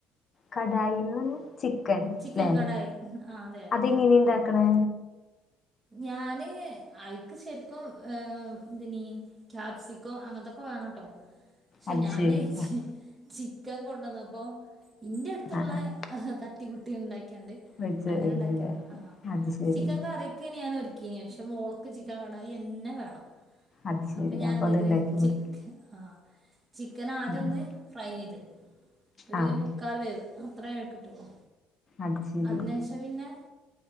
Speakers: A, on the left; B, on the right.
A: കടായിന്ന് പറഞ്ഞ ചിക്കൻ
B: ചിക്കൻ
A: ലേ
B: കടായി ആഹ് അതെ അതെ
A: അത്ങ്ങനെ ഇണ്ടാക്കണാ?
B: ഞാന് ഐക്ക് ശരിക്കും ഏഹ് എന്തിനി ക്യാപ്സിക്കോ അങ്ങനത്തൊക്കെ വേണംട്ടോ. ക്ഷെ
A: അത്
B: ഞാനേ
A: ശരി ആഹ്
B: ചിക്കൻ കൊണ്ടുവന്നപ്പോ ഇന്റെ അടുത്തുള്ള
A: ആഹ് ആഹ്
B: തട്ടികുട്ടി ഉണ്ടാക്കിയണ്ട്
A: വെച്ച്
B: അങ്ങനെ
A: കഴിഞ്ഞല്ലേ
B: ഉണ്ടാക്കിയതാ ആഹ
A: അത് ശരി
B: ചിക്കൻ കറി <unintelligible> ഞാൻ ഒരുക്കിന് പക്ഷെ മോളക്ക് ചിക്കൻ കടായിന്നെ വേണം.
A: അത് ശരി.
B: അപ്പൊ ഞാൻ എന്തത്
A: അത് ഇണ്ടാക്കി
B: ചിക്ക
A: കൊടുത്തു.
B: ആഹ ചിക്കൻ ആദ്യംന്ന്
A: ഉം ഉം.
B: ഫ്രൈ ചെയ്ത് ഒരു
A: ആഹ്
B: മു ക്കാൽ വേവ് അത്രക്കിട്ടുള്ളൂ
A: അത് ശരി.
B: അതിന ശേ പിന്നെ